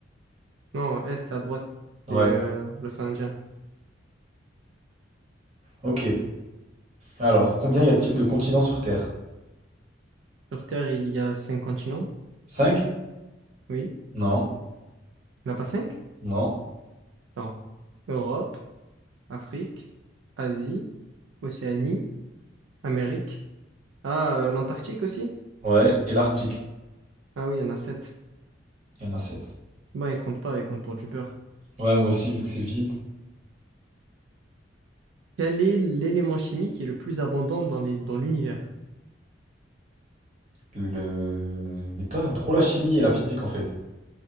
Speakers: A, on the right (about 80°); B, on the right (about 40°).
A: Non, Est à droite.
B: Ouais.
A: C'est euh, l'océan Indien.
B: Ok. Alors, combien y a-t-il de continents sur Terre?
A: Sur Terre, il y a cinq continents,
B: Cinq
A: oui.
B: Non.
A: Il n'y en a pas cinq?
B: Non.
A: Non. Europe, Afrique, Asie, Océanie, Amérique. Ah, euh, l'Antarctique aussi?
B: Ouais. Et l'Arctique?
A: Ah oui, il y en a sept.
B: Il y en a 7.
A: Bon, ils comptent pas, ils comptent pour du beurre.
B: Ouais, moi aussi, vu que c'est vide.
A: Quel est l'élément chimique qui est le plus abondant dans les, dans l'univers?
B: Le... Mais toi, t'aimes trop la chimie et la physique en fait.